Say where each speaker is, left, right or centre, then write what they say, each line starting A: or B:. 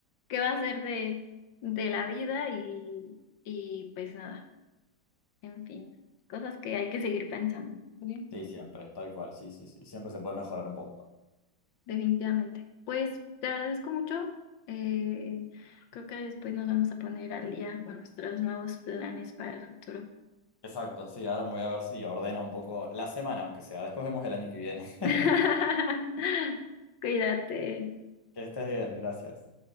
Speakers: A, on the left; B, on the left.
A: qué va a ser de, de la vida y, y pues nada, en fin, cosas que hay que seguir pensando. ¿vale?
B: Sí, siempre, tal cual, sí, sí, sí. Siempre se puede mejorar un poco. también.
A: definitivamente. Pues te agradezco mucho. Eh, creo que después nos vamos a poner al día con nuestros nuevos planes para el futuro.
B: Exacto, sí, ahora me voy a ver si ordeno un poco la semana, aunque sea. Después vemos el año que viene. <laughs>
A: <laughs> Cuídate.
B: Que estés bien, gracias.